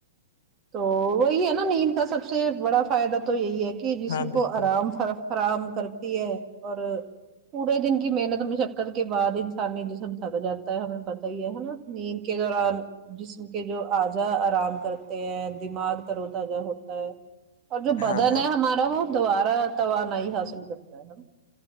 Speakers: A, on the right; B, on the left.
A: تو وہی ہے نا نیند کا سب سے بڑا فائدہ تو یہی ہے کہ جسم
B: ہاں بالکل
A: کو آرام فر فراہم کرتی ہے اور پورے دن کی محنت مشقت کے بعد انسانی جسم تھک جاتا ہے ہمیں پتہ ہی ہے نا نیند کے دوران جسم کے جو آجا آرام کر کرتے ہیں دماغ ترو تازہ ہوتا ہے اور جو
B: ہاں
A: بدن
B: ہاں
A: ہے ہمارا ا وہ دوبارہ توانائی حاصل کرتا ہ ہےا